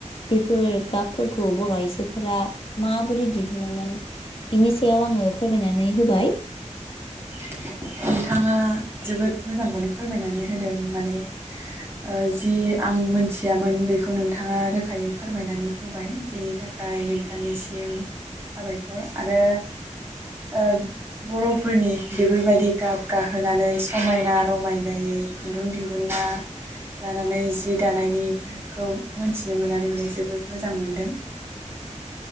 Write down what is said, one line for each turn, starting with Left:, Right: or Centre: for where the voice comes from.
Left: बेफोर गाबफोरखौ बर' आइजोफोरा माबोरै दिहुनोमोन बिनि सायाव आङो फोरमायनानै होबाय।
Right: <inaudible> नोंथाङा जोबोद मोजांखौनो फोरमायनानै होदों माने ओ जि आं मोनथियामोन बेखौ नोंथाङा रोखायै फोरमायनानै होबाय बेनि थाखाय नोंथांनिसिम साबायखर। आरो ओ बर' फोरनि बेफोरबायदि गाब गाहोनानै समायना रमायनायै खुन्दुं दिहुनना लानानै जि दानायनिखौ मोनथिनो मोननानै माने जोबोद मोजां मोनदों।